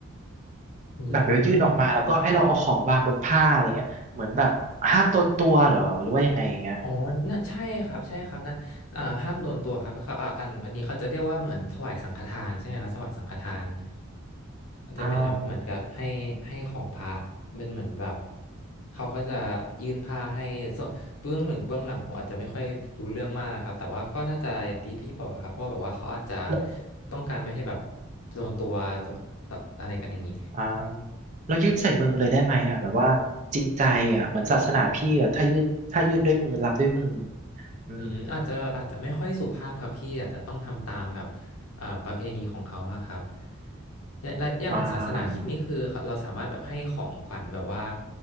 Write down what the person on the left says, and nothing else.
อื
ม อ๋อน่ะใช่ครับใช่ครับนะเอ่าห้ามโดนตัวครับเขาอ่าอันอันนี้เขาจะเรียกว่าเหมือนถวายสังฆทานใช่ไหมครับถวายสังฆทานมันจะเป็นแบบเหมือนกับให้ให้ของพระเป็นเหมือนแบบ
เขาก็จะยื่นผ้าให้ส่วนเบื้องหลังเบื้องหลังผมอาจจะไม่ค่อยรู้เรื่องมากนะครับแต่ว่าก็น่าจะอย่างที่พี่บอกอะครับเพราะว่าแบบว่าเขาอาจจะ
ต้องการไม่ให้แบบโดนตัวโดนตอะไรกันอย่างนี้
อืมอาจจะอาจจะไม่ค่อยสุภาพครับพี่อาจจะต้องทำตามแบบอ่าประเพณีของเขาอะครับ และและอย่างศาสนาคริดนี่คือเเราสามารถแบบให้ของขวัญแบบว่า